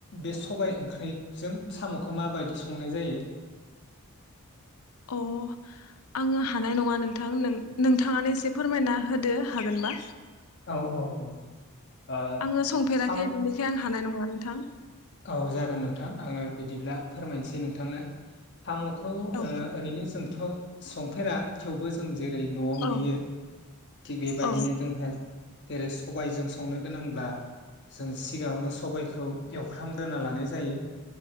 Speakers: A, on the left; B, on the left.
A: बे सबाय ओंख्रिजों सामुखो माबायदि संनाय जायो
B: अ आंङो हानाय नङा नोंथां नों नोंथांङानो एसे फोरमायना होदो हागोनबा
A: औ औ औ ओ
B: आंङो संफेराखै
A: साम'
B: बिनिखाय आं हानाय नों थां
A: औ जागोन नोंथां आङो बिदिब्ला फोरमायनोसै नोंथांनो साम'खौ ओ
B: औ
A: ओरैनो जों थ संफेरा थेवबो जों जेरै न'आव
B: औ
A: नुयो थिग बेबायदिनो
B: औ
A: जोंहा जेरै सबायजों संनो गोनांब्ला जों सिगाङावनो सबायखौ एव फ्राम ग्रोना लानाय जायो